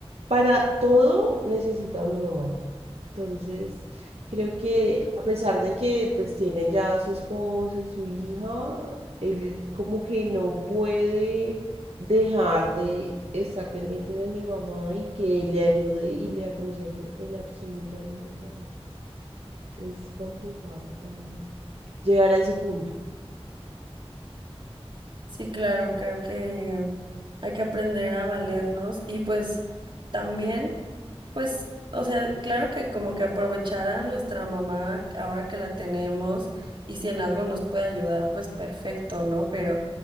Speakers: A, on the right; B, on the right.
A: para todo, necesita a mi mamá. Entonces, creo que a pesar de que pues tiene ya a su esposa y su hija, él es como que no puede dejar de estar pendiente de mi mamá y que le ayude y le aconseje en absolutamente todo. Es complicado también llegar a ese punto.
B: Sí, claro, creo que hay que aprender a valernos y pues también, pues, o sea, claro que como que aprovechar a nuestra mamá ahora que la tenemos y si en algo nos puede ayudar, pues perfecto, ¿no? Pero